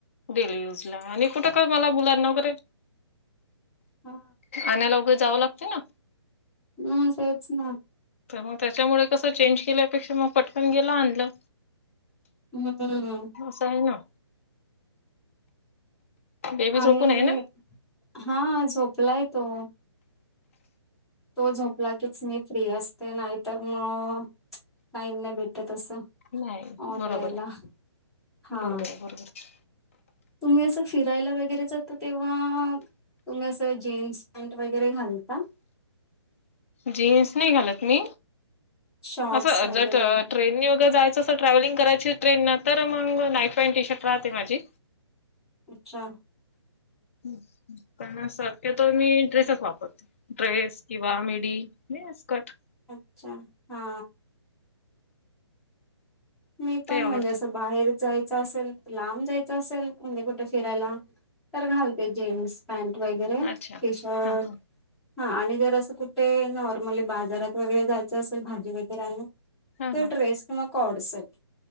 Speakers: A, on the left; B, in the centre.
A: डेली यूज ला आणि कुठं काय मला बुलाण वगैरे
B: हा.
A: आणायला उघं जावं लागते ना?
B: हम् सच ना
A: तर मग त्याच्यामुळे कसं चेंज केल्यापेक्षा मग पटकन गेलं आणलं
B: हम्म
A: होस आहे ना बेबी
B: आणि
A: झोपून आहे ना?
B: हा झोपलाय तो तो झोपला कीच मी फ्री असते नाहीतर. म टाईम नाही भेट तस ऑन
A: नाही बरोबर
B: यायला
A: आहे
B: हा
A: बरोबर आहे बरोबर
B: तुम्ही असं फिरायला वगैरे जातं. तेव्हा तुम्ही असं जीन्स पॅनट वगैरे घालता.
A: जीन्स नाही घालत. मी
B: शॉर्ट्स
A: असं
B: वगैरे
A: ज ट्रेननी वगैर जायचं असं ट्रॅव्हलिंग करायची ट्रेनं तर मग नाईफ पॅन्ट टी शर्ट राहते. माझी
B: अच्छा
A: हम् पण सत्यतो मी ड्रेसेस वापरतो. ड्रेस किंवा मी नाहीसकट
B: अच्छा हा मी पण
A: ते आवडते
B: म्हणजे असं बाहेर जायचं असेल लांब जायचं असेल म्हणजे कुठे फिरायला तर घालते जीन्स पॅन्ट वगैरे,
A: अच्छा.
B: टी शर्ट-
A: हा हा
B: हां आणि जर असं कुठे, नॉर्मली बाजारात वगैरे जायचं असेल भाजी वगैरे आणा
A: हा
B: ते
A: हा
B: ड्रेस किंवा कोडसेट